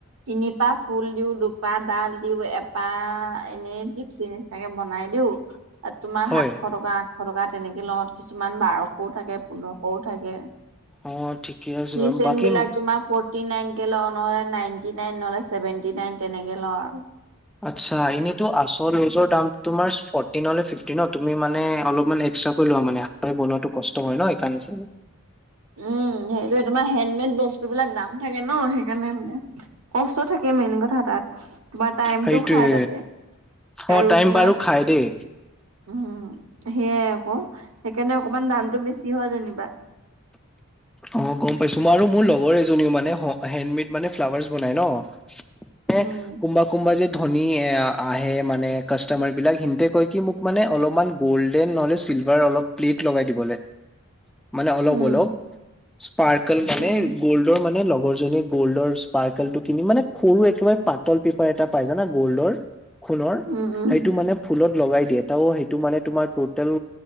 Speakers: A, on the right; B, in the centre.
A: তিনি পা ফুল দিও দুপা ডাল দিও এপা এনেইজিপচেনি। তাকে বনাই দিওঁ। তোমাৰ
B: হয়
A: সাতশ টকা আঠশ টকা তেনেকে লওঁ, কিছুমান বাৰশও থাকে পোন্ধৰশও থাকে।
B: অ ঠিকে আছে
A: কি
B: বাৰু
A: চেন
B: বাকী
A: বিলাক তোমাৰ ফ্ৰট। ফটি নাইন কে লওঁ নহ'লে নাইনটি নাইন নহলে চছেভেন্টি নাইন তেনেকে লওঁ আৰু।
B: আচ্ছা এনে টো আছল নিজৰ দাম তোমাৰ ফটি নহ'লে ফিটি নত তুমি মানে অলপ মান এষ্টা। লোৱা মানে বনোৱাটো কষ্ট হয় ন সেই কাৰণে চাগে।
A: উমঁ সেইটো তোমাৰ হেণ্ডমেড বস্তুবিলাক দাম থাকে ন সেইকাৰণে মানে। কষ্ট থাকে মেইন কথা তাত বা টাইমটোও
B: সেইটোয়ে।
A: খাই তাতে। আৰু
B: অ টাইম
A: তোমাৰ
B: বাৰু খাই দেই।
A: উম সেইয়াই আকৌ, সেইকাৰণে অকমান দামতটো বেছি হয় যেনিবা।
B: অ গম পাইছো মই আৰু মোৰ লগৰ এজনীও মানে হেণ্ডমেড মানে ফ্লাৱাৰ্চ বনাই ন। তে
A: উম,
B: কোমবক। কোনবাজি যে ধনী এ আহে মানে কাষ্টমাৰ বিলাক সিতে কৈ কি মোক মানে অলপমান। গ'ল্ডেন নহ'লে চিলভাৰ অলপ প্লেট লগাই দিব লাগে, মানে অলপ
A: উম,
B: অলপ। স্পাৰ্কেল মানে।
A: উম,
B: গ'ল্ডৰ মানে লগৰ জীয়ে গ'ল্ডৰ স্পাৰ্কেল টো কিনি মানে সৰু একেবাৰে পাতল। এটা পাই জানা গল্ডৰ, খোণ
A: উম, উম,
B: সেইটো মানে ফুলত লগাই দিয়ে ত সেইটো মানে তোমাৰ ট'টেল